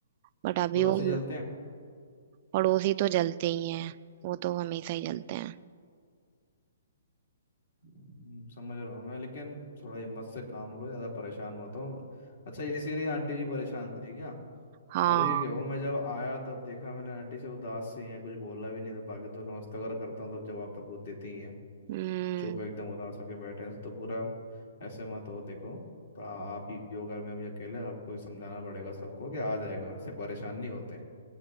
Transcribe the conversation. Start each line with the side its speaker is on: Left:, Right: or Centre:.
Right: बट अभी
Left: पड़ोसी
Right: वो
Left: चलते हैं
Right: पड़ोसी तो जलते ही हैं वो तो हमेशा ही जलते हैं
Left: हम्म, समझ रहा हूँ मैं लेकिन थोड़ा हिम्मत से काम लो ज़्यादा परेशान मत हो अच्छा इसीलिए आंटी जी परेशान थी क्या
Right: हाँ
Left: तभी क्या वो मैं जब आया तब देखा मैंने आंटी से उदास सी है कुछ बोला भी नहीं था बाकी तो नमस्ते वगैरह करता हूँ तब जवाब तो पूछ देती ही है
Right: हम्म
Left: चुप एकदम उदास होके बैठे हैं तो पूरा ऐसे मत हो देखो तो आ- आप ही योगा में अभी अकेले आपको ही समझाना पड़ेगा सबको कि आ जाएगा ऐसे परेशान नहीं होते